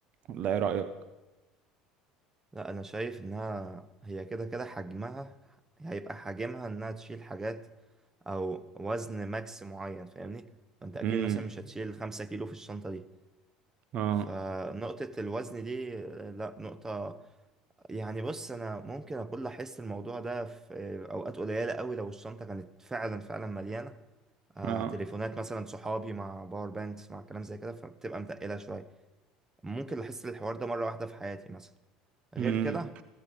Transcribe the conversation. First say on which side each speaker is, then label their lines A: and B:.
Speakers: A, on the right; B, on the right.
A: ولا ايه رأيك
B: لا انا شايف انها هي كده كده حجمها هيبقى حجمها انها تشيل حاجات او وزن ماكس معين فاهمني فانت اكيد
A: امم
B: مثلا مش هتشيل خمسة كيلو في الشنطة دي
A: اه
B: فنقطة الوزن دي آه، لا نقطة يعني بص انا ممكن اقول احس الموضوع ده في اوقات قليله قوي لو الشنطه كانت فعلا فعلا مليانه آه
A: اه
B: تليفونات مثلا صحابي مع باور بانكس مع كلام زي كده فبتبقى متقله شويه ممكن احس الحوار ده مره واحده في حياتي مثلا غير
A: امم
B: كده